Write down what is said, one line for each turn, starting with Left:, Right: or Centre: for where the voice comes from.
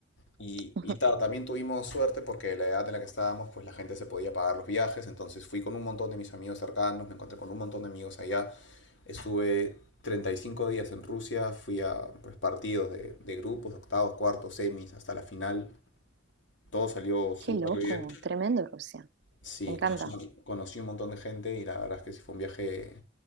Left: Y,
Right: Ujú.
Left: y ta- también tuvimos suerte porque la edad en la que estábamos, pues la gente se podía pagar los viajes. Entonces fui con un montón de mis amigos cercanos, me encontré con un montón de amigos allá. Estuve 35 días en Rusia, fui a pues, partidos de, de grupos, octavos, cuartos, semis, hasta la final. Todo salió súper
Right: Qué loco,
Left: bien.
Right: tremendo Rusia.
Left: Sí,
Right: Me encanta.
Left: conocí, conocí un montón de gente y la verdad es que sí fue un viaje